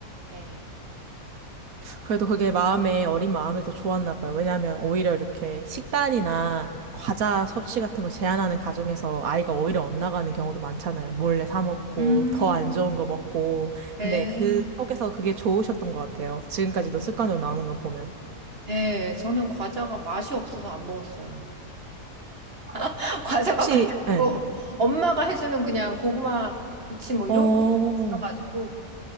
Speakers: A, on the right; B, on the right.
A: 예.
B: 그래도 그게 마음에, 어린 마음에도 좋았나 봐요. 왜냐하면 오히려 이렇게 식단이나 과자 섭취 같은 걸 제한하는 가정에서 아이가 오히려 엇나가는 경우도 많잖아요. 몰래 사 먹고,
A: 음,
B: 더 안 좋은 거 먹고.
A: 네.
B: 근데 그 속에서 그게 좋으셨던 것 같아요. 지금까지도 습관으로 남은 거 보면.
A: 네, 저는 과자가 맛이 없어서 안 먹었어요. <laughs> 과자가
B: 혹시,
A: 맛이
B: 예.
A: 없고 엄마가 해주는 그냥 고구마 부침 뭐
B: 어,
A: 이런 게 있어가지고